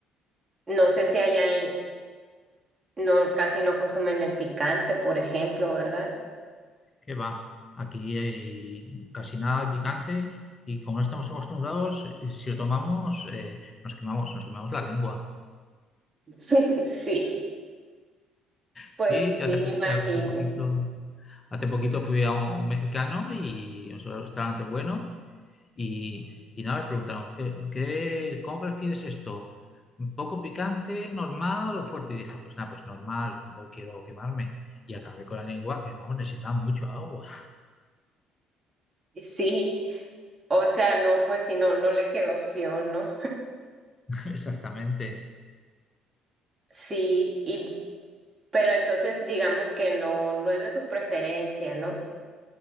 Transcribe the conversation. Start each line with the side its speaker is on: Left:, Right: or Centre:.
Right: no sé si allá en- no, casi no consumen el picante, por ejemplo, ¿verdad?
Left: que va. Aquí hay casi nada de picante y como no estamos acostumbrados, eh, si lo tomamos, eh, nos quemamos, nos quemamos la lengua.
Right: <laughs> Sí, pues
Left: Sí,
Right: sí,
Left: ya hace
Right: me
Left: poquito,
Right: imagino.
Left: hace poquito, hace poquito fui a un mexicano y un restaurante bueno y, y nada, me preguntaron, ¿qué, qué- cómo prefieres esto? ¿Poco picante, normal o fuerte? Y dije, pues nada, pues normal, tampoco quiero quemarme. Y acabé con la lengua que, vamos, necesitaba mucho agua.
Right: Sí, o sea, no, pues si no, no le quedó opción, ¿no?
Left: <laughs> Exactamente.
Right: Sí, y, pero entonces digamos que no, no es de su preferencia, ¿no?